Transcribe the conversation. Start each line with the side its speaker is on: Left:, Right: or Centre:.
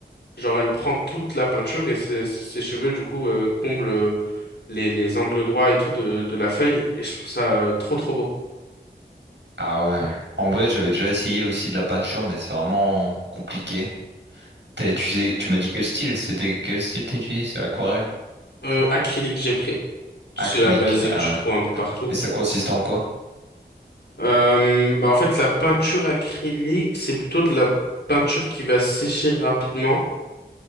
Left: Genre, elle prend toute la peinture et ses, ses cheveux, du coup, euh, comblent euh, les, les angles droits et tout de, de la feuille. Et je trouve ça euh, trop, trop beau.
Right: Ah ouais. En vrai, j'avais déjà essayé aussi de la peinture, mais c'est vraiment compliqué. T'as utilisé, tu m'as dit quel style? C'était quel style t'as utilisé? C'est aquarelle,
Left: Euh,
Right: ça?
Left: acrylique, j'ai pris.
Right: Acrylique.
Left: C'est la basique,
Right: Ah.
Left: tu trouves
Right: ouais.
Left: un peu partout.
Right: Et ça consiste en quoi?
Left: Euh, bah, en fait, la peinture acrylique, c'est plutôt de la peinture qui va sécher rapidement,